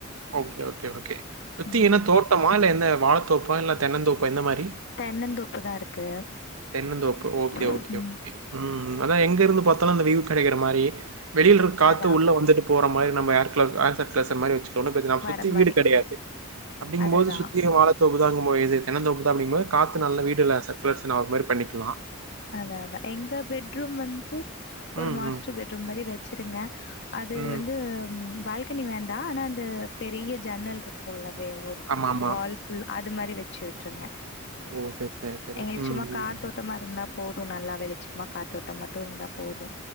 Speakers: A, on the right; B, on the left.
A: ஓகே ஓகே ஓகே சுத்தி
B: ம்.
A: என்ன தோட்டமா இல்ல எந்த வாழத்தோப்பா இல்ல தென்னந்தோப்பா இந்த மாரி
B: தென்னந்தோப்புதா இருக்கு
A: தென்னந்தோப்பு ஓகே
B: ம்
A: ஓகே ஓகே ம் அதா எங்க இருந்து பாத்தாலு அந்த வியூ கெடைக்கிற மாரி வெளியில இருக் காத்து
B: அதான்
A: உள்ள வந்துட்டு போற மாரி நம்ம ஏர்குல ஏர் சர்குலேஷன் மாரி வெச்சு ஒன்னு பிரச்சன
B: வர
A: சுத்தி
B: மாரி.
A: வீடு கெடையாது அப்டிங்கும்போது
B: அதுதான்.
A: சுத்தி வாழ தோப்புதாங்கும் போது இது தென்னந்தோப்பு தா அப்டிங்கும்போது காத்து நல்ல வீடுல சர்குலேஷன் ஆகு மாரி பண்ணிக்குலா
B: அதா அதா எங்க பெட்ரூம் வந்து ஒரு
A: ம்
B: மாஸ்டர்
A: ம்
B: பெட்ரூம் மாரி வெச்சிருங்க அது
A: ம்
B: வந்து பால் கனி வேண்டா ஆனா அந்த பெரிய ஜன்னல்ருக்குள உள்ளவே ஒரு
A: ஆமா ஆமா
B: வால் உள் அது மாரி வெச்சு விட்ருங்க
A: ஓ சரி சரி சரி
B: எங்களுக்கு
A: ம்
B: சும்மா
A: ம்
B: காத்தோட்டமா
A: ம்.
B: இருந்தா போது நல்லா வெளிச்சமா காத்தோட்ட மட்டு இருந்தா போது